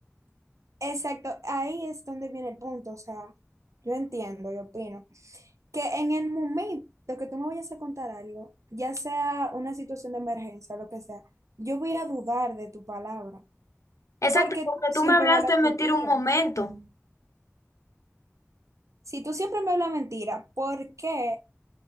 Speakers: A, on the right; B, on the left.
A: Exacto, ahí es donde viene el punto. O sea, yo entiendo, yo opino que en el momento que tú me vayas a contar algo, ya sea una situación de emergencia, lo que sea, yo voy a dudar de tu palabra,
B: Exacto,
A: porque
B: porque
A: tú siempre
B: tú me hablaste
A: me hablas
B: en mentir
A: mentira.
B: un momento.
A: Si tú siempre me hablas mentira, ¿por qué